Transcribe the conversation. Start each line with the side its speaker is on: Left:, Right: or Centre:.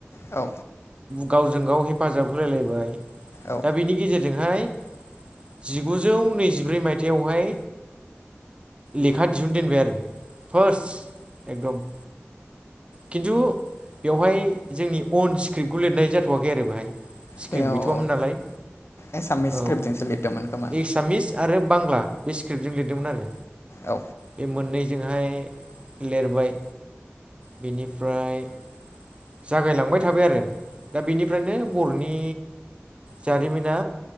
Left: औ
Right: गावजों गाव हेफाजाब होलायलायबाय
Left: औ
Right: दा बिनि गेजेरजोंहाय जिगुजौ नैजिब्रै मायथाइआवहाय लेखा दिहुन दोनबाय आरो फार्स् एकदम खिन्थु बेवहाय जोंनि अन स्क्रिप्टखौ लिरनाय जाथ'वाखै आरो बाहाय स्क्रिप्ट
Left: बेयाव
Right: गैथ'मोन नालाय
Left: एसामिस
Right: औ
Left: स्क्रिप्टजोंसो लिरदोंमोन खोमा
Right: एसामिस आरो बांला बे स्क्रिप्टजों लिरदोंमोन आरो
Left: औ
Right: बे मोननै जोंहाय लिरबाय बेनिफ्राय जागायलांबाय थाबाय आरो दा बेनिफ्रायनो बर'नि जारिमिना